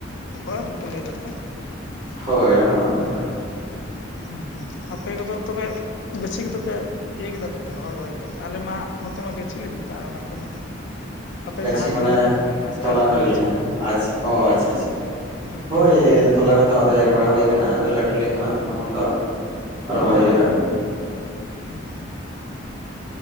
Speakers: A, on the left (about 65°); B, on the right (about 25°).
A: ᱚᱠᱚᱭ ᱵᱟᱠᱚ ᱞᱟᱹᱭ ᱫᱟᱲᱮ ᱟ᱾
B: ᱦᱳᱭ ᱚᱱᱟᱢᱟ ᱠᱟᱛᱷᱟ ᱠᱟᱱᱟ᱾
A: ᱦᱮᱸ ᱟᱯᱮ ᱠᱚᱫᱚ ᱛᱚᱵᱮ ᱜᱟᱹᱪᱷᱤ ᱠᱚᱫᱚ ᱯᱮ ᱤᱭᱟᱹ ᱠᱮᱫᱟ ᱯᱮ ᱨᱚᱦᱚᱭ ᱵᱟᱲᱟ ᱠᱮᱫᱟ ᱯᱮ? ᱟᱞᱮ ᱢᱟ ᱱᱚᱛᱮ ᱢᱟ ᱜᱟᱹᱪᱷᱤ ᱞᱮ ᱢᱮᱛᱟᱜᱼᱟ ᱚᱱᱟ ᱠᱚᱢᱟ᱾
B: <inaudible>
A: ᱟᱯᱮ
B: ᱜᱟᱹᱪᱷᱤ
A: ᱡᱟᱦᱟᱸ
B: ᱢᱟᱱᱮ
A: ᱛᱩᱞᱟᱹ ᱯᱮ ᱢᱮᱛᱟᱜ ᱠᱟᱱᱟ ᱥᱮ
B: ᱛᱚᱞᱟ
A: ᱟᱞᱮ
B: ᱯᱮ
A: ᱫᱚ
B: ᱞᱟᱹᱭᱟ᱾
A: ᱜᱟᱹᱪᱷᱤ ᱞᱮ ᱢᱮᱛᱟᱜᱼᱟ
B: ᱟᱪᱪᱷᱟ ᱚ ᱟᱪᱪᱷᱟ ᱟᱪᱪᱷᱟ
A: ᱦᱩᱸ
B: ᱦᱳᱭ᱾ ᱛᱚᱞᱟ ᱠᱚᱫᱚ ᱟᱫᱚ ᱮᱨ ᱵᱟᱲᱟ ᱦᱳᱭ ᱠᱟᱱᱟ ᱟᱫᱚ ᱞᱟᱹᱴᱩ ᱞᱮᱱ ᱠᱷᱟᱱ ᱟᱫᱚ ᱛᱚ ᱠᱷᱚᱱ ᱫᱚ ᱨᱚᱦᱚᱭ ᱦᱳᱭᱳᱜᱼᱟ᱾
A: ᱦᱩᱸ